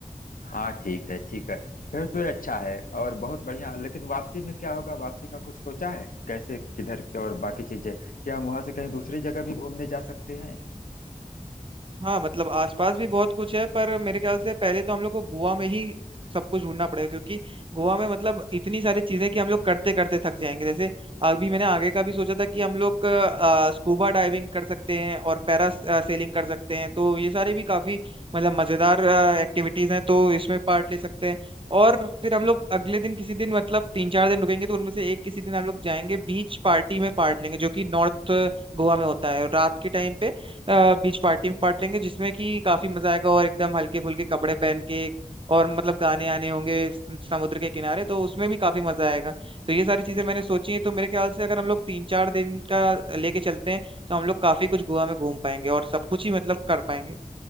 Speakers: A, on the left; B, on the right.
A: हाँ ठीक है ठीक है फिर तो ये अच्छा है और बहुत बढ़िया लेकिन वापसी में क्या होगा वापसी का कुछ सोचा है कैसे किधर क्या और बाकी चीजें क्या हम वहां से कहीं दूसरी जगह भी घूमने जा सकते हैं
B: हाँ मतलब आसपास भी बहुत कुछ है पर मेरे ख्याल से पहले तो हम लोग को गोवा में ही सब कुछ ढूंढना पड़ेगा क्योंकि गोवा में मतलब इतनी सारी चीजें कि हम लोग करते करते थक जाएंगे जैसे अभी मैंने आगे का भी सोचा था कि हम लोग अ, स्कूबा डाइविंग कर सकते हैं और पैरा अ, सेलिंग कर सकते हैं तो ये सारी भी काफी मतलब मजेदार अ, एक्टिविटीज हैं तो इसमें पार्ट ले सकते हैं और फिर हम लोग अगले दिन किसी दिन मतलब तीन चार दिन रुकेंगे तो उनमें से एक किसी दिन हम लोग जाएंगे बीच पार्टी में पार्ट लेंगे जो कि नॉर्थ गोवा में होता है रात के टाइम पे अ, बीच पार्टी में पार्ट लेंगे जिसमें कि काफी मजा आएगा और एकदम हल्के फुल्के कपड़े पहन के और मतलब गाने आने होंगे स- समुद्र के किनारे तो उसमें भी काफी मजा आएगा तो ये सारी चीजें मैंने सोची हैं तो मेरे ख्याल से अगर हम लोग तीन चार दिन का लेके चलते हैं तो हम लोग काफी कुछ गोवा में घूम पाएंगे और सब कुछ ही मतलब कर पाएंगे